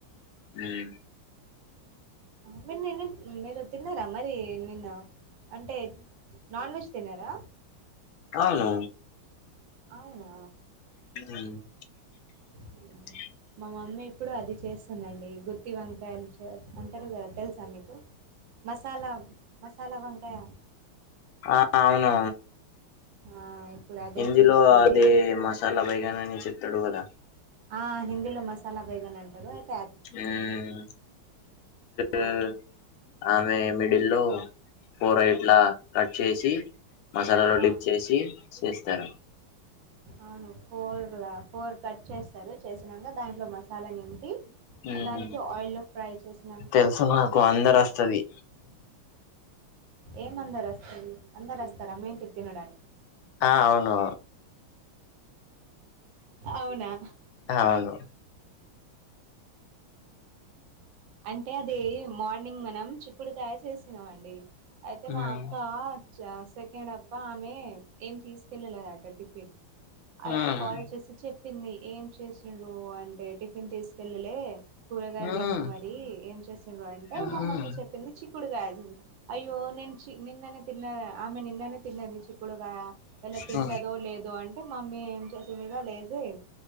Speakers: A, on the left; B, on the right.
A: మ్
B: మీర్ నిన్న మీరు తిన్నారా మరి నిన్న అంటే నాన్ వెజ్ తిన్నరా
A: అవును
B: అవునా
A: మ్ హ్
B: హ్మ్. మా మమ్మీ ఇప్పుడు అది చేస్తుందండి గుత్తి వంకాయలు అంటరు గదా తెల్సా మీకు మసాలా మసాలా వంకాయ
A: ఆ అవునూ
B: ఆ! ఇప్పుడు అదే
A: హిందీ
B: చేస్తుంది.
A: లో అదే మసాలా బైగన్ అని చెప్తడు గదా
B: ఆ హిందలో మసాలా బైగన్ అంటరు అ
A: మ్ <inaudible>
B: ఆ!
A: ఆమె మిడిల్లో ఫోర ఇట్లా కట్ చేసి మసాలలో
B: ఆ!
A: డిప్ చేసి చేస్తరు.
B: అవును ఫోర్లా ఫోర్ కట్ చేస్తరు చేసినంక దాంట్లో మసాలా నిం పి
A: మ్మ్.
B: దానికి ఆయిల్ ఫ్రై చేసినంక
A: తెలుసు నాకు
B: సపరేట్గా
A: అందరు వస్తది
B: ఏమందర్ అస్తది అందర్ అస్తరు మీ ఇంటిక్ తినడానిక్
A: ఆ అవును
B: అవునా
A: అవును
B: అంటే అదే మార్నింగ్ మనం చిక్కుడుకాయ చేసినాం అండి అయితే
A: మ్మ్.
B: మా అక్కా చ సెకండ్ అక్క ఆమె ఏం తీస్కెళ్ళలేదట టిఫిన్ అయితే
A: మ్మ్.
B: కాల్ చేసి చెప్పింది ఏం చేసిన్రు అంటే టిఫ్ ఫిన్ తీస్కెళ్ళలే కూరగాయల్
A: మ్మ్.
B: లెవ్వు మరీ ఏం చేసింరు అంటే
A: మ్మ్.
B: మా మమ్మ చెప్పింది చి చిక్కుడుకాయ అయ్యో నేన్ చి నిన్ననే తిన్నా ఆమె నిన్ననే తిన్నది చిక్కుడుకాయ ఇయల తింటదో
A: మ్మ్.
B: లేదో అంటే మమ్మీ ఏం చేసింది ఇగ లేసి